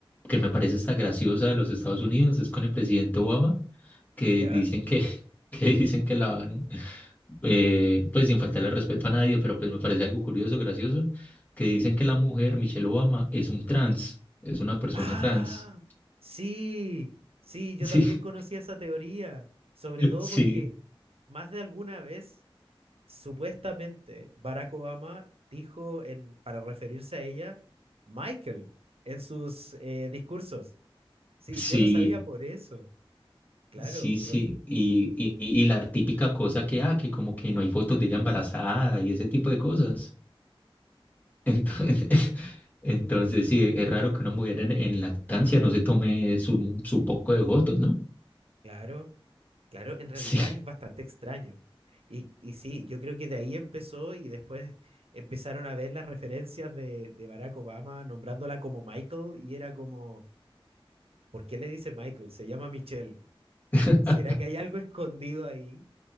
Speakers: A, on the left; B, on the right.
A: que me parece esta graciosa de los Estados Unidos es con el presidente Obama, que
B: ¿Ya?
A: dicen que, <laughs> que dicen que la van, eh, pues sin faltarle respeto a nadie, pero pues me parece algo curioso, gracioso, que dicen que la mujer, Michelle Obama, es un trans, es una persona
B: Ah,
A: trans.
B: sí, sí, yo
A: <laughs>
B: también conocía
A: Sí,
B: esa teoría, sobre todo
A: Sí,
B: porque más de alguna vez supuestamente Barack Obama dijo en, para referirse a ella, Michael, en sus eh, discursos. Sí,
A: sí,
B: yo lo sabía por eso, claro,
A: sí, sí.
B: pero
A: Y, y, y la típica cosa que, ah, que como que no hay fotos de ella embarazada y ese tipo de cosas. Entonces, <laughs> entonces sí, es raro que una mujer en, en lactancia no se tome su, su poco de fotos, ¿no?
B: claro, claro, en realidad
A: Sí.
B: es bastante extraño. Y, y sí, yo creo que de ahí empezó y después empezaron a ver las referencias de, de Barack Obama nombrándola como Michael y era como, ¿por qué le dice Michael? Se llama Michelle.
A: <laughs>
B: ¿Será que hay algo <laughs> escondido ahí?